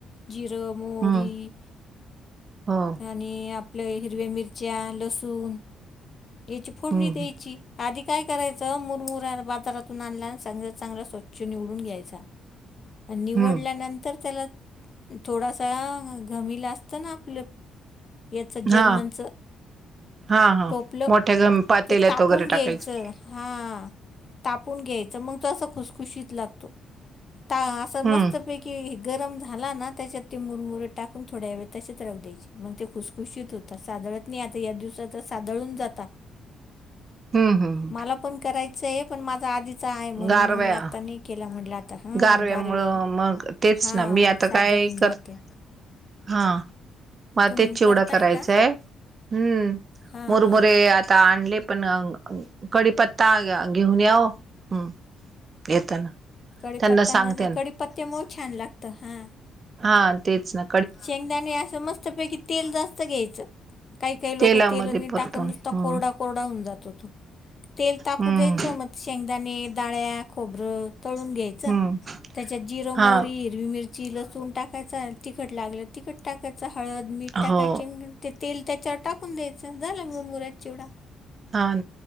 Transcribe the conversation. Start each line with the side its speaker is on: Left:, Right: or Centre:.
Left: जिर मोहरी
Right: हम्म हो
Left: आणि आपल्या हिरव्या मिरच्या लसूण याची फोडणी
Right: हम्म
Left: द्यायची आधी काय करायचं मुरमुरा बाजारातून आणल्या सांग चांगला स्वच्छ निवडून घ्यायचा निवडल्यानंतर
Right: हम्म
Left: त्याला थोडासा घमीला असत ना आपलं याच जर्मनच
Right: हा हा हा
Left: टोपलं
Right: मोठ्या घम पातेल्यात
Left: ते तापून
Right: वगैरे
Left: घ्यायचं
Right: टाकायचं
Left: हा तापून घ्यायचं मग तो असं खुसखुशीत लागतो असं मस्त
Right: हम्म
Left: पैकी हे गरम झाला ना त्याच्यात ते मुरमुरे टाकून थोड्या वेळ तसेच राहू द्यायचे मग ते खुसखुशीत होते सादळत नाही आता या दिवसाच सादळून जाता
Right: हम्म हम्
Left: मला पण करायचं आहे पण माझा आधीच आहे म्हणून
Right: गारव्या
Left: मग मी आता नाही केला म्हटलं आता हां
Right: गारव्यामुळं
Left: गारव्यानी
Right: मग तेच
Left: हां
Right: ना मी आता
Left: सादळून
Right: काय कर
Left: जातं
Right: हा मग
Left: तुम
Right: तेच चिवडं
Left: करताय
Right: करायचंय
Left: का
Right: हम्म
Left: हां
Right: मुरमुरे
Left: हां
Right: आता आणले आपण कडीपत्ता घेऊन याव हम् येताना
Left: कडीपत्ता
Right: त्यांना सांगते
Left: न
Right: ना
Left: कडीपत्त्या मुळ छान लागतं हा
Right: हा तेच न
Left: शेंगदाणे असं मस्तपैकी तेल जास्त घ्यायचं काही काही लोक
Right: तेलामध्ये
Left: तेलने
Right: परतून
Left: टाकत नुसता
Right: हम्म
Left: कोरडा कोरडा होऊन जात तो तेल तापू
Right: हम्म
Left: द्यायचं मग शेंगदाणे डाळ्या खोबरं तळून घ्यायचं
Right: हम्म
Left: त्याच्यात जिर मोरी
Right: हा
Left: हरवी मिरची लसूण टाकायच तिखट लागलं तिखट टाकायचं हळद मीठ टाकायचे
Right: हो
Left: ते तेल त्याच्यावर टाकून द्यायचं झालं मुरमुऱ्याचा चिवडा
Right: हा